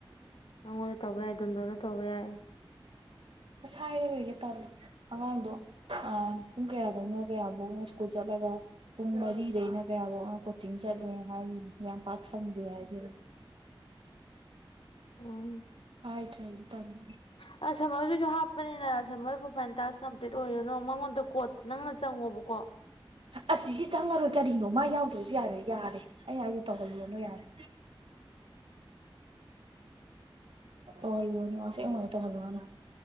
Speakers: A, on the left; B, on the right.
A: ꯅꯪꯉꯣꯟꯗ ꯇꯧꯕ ꯌꯥꯏ ꯗꯟꯗꯣꯅ ꯇꯧꯕ ꯌꯥꯏ
B: ꯑꯁ ꯍꯥꯏꯔꯔꯣꯏꯗ ꯇꯜꯂꯦ ꯑꯉꯥꯡꯗꯣ ꯄꯨꯡ ꯀꯌꯥ ꯀꯩꯅꯣ ꯀꯌꯥꯐꯧꯅ ꯁ꯭ꯀꯨꯜ ꯆꯠꯂꯒ ꯄꯨꯡ ꯃꯔꯤꯗꯩꯅ ꯀꯌꯥꯐꯧꯅ ꯀꯣꯆꯤꯡ ꯆꯠꯂꯦ ꯍꯥꯏꯔꯤ ꯌꯥꯝ ꯄꯥꯛ ꯁꯪꯗꯦ ꯍꯥꯏꯗꯨꯗ
A: ꯎꯝ
B: ꯍꯥꯏꯗ꯭ꯔꯦ ꯍꯥꯏꯁꯨ ꯊꯝꯗ꯭ꯔꯦ
A: ꯑꯁ ꯁꯝꯃꯔꯗꯨꯁꯨ ꯍꯥꯞꯄꯅꯤꯅ ꯁꯝꯃꯔ ꯄ꯭ꯔꯣꯐꯥꯏꯟ ꯇꯥꯁ ꯀꯝꯄ꯭ꯂꯤꯠ ꯑꯣꯏꯌꯨꯅꯣ ꯃꯉꯣꯟꯗ ꯀꯣꯠ ꯅꯪꯅ ꯆꯪꯉꯣꯕꯀꯣ
B: ꯑꯁꯤꯁꯦ ꯆꯪꯉꯔꯣꯏ ꯀꯔꯤꯅꯣ ꯃꯥ ꯌꯥꯎꯗ꯭ꯔꯁꯨ ꯌꯥꯔꯦ ꯌꯥꯔꯦ ꯑꯩ ꯍꯥꯏꯗꯦ ꯇꯧꯍꯌꯅꯣ ꯌꯥꯔꯦ ꯇ ꯍꯜꯋꯥꯅꯁꯦ ꯇ ꯍꯂꯋꯥꯅ